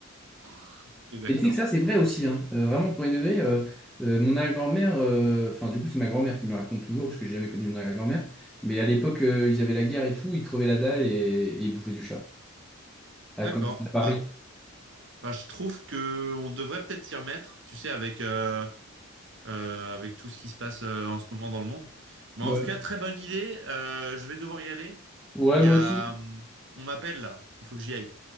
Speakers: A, on the right; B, in the centre.
A: <laughs> ok, d'accord.
B: Et tu sais que ça, c'est vrai aussi, hein. Euh, vraiment, premier degré, euh, euh, mon arrière-grand-mère, euh, enfin, du coup, c'est ma grand-mère qui me le raconte toujours, parce que j'ai jamais connu mon arrière-grand-mère. Mais à l'époque, euh, ils avaient la guerre et tout, ils crevaient la dalle et, et ils bouffaient du chat. Ah,
A: D'accord.
B: comme c'était à Paris.
A: Bah, Bah, je trouve que on devrait peut-être s'y remettre, tu sais, avec, euh, euh, avec tout ce qui se passe euh, en ce moment dans le monde. Mais
B: Ouais.
A: en tout cas, très bonne idée. Euh, je vais devoir y aller.
B: Ouais,
A: Il
B: moi
A: y a,
B: aussi.
A: hum, on m'appelle là. Il faut que j'y aille.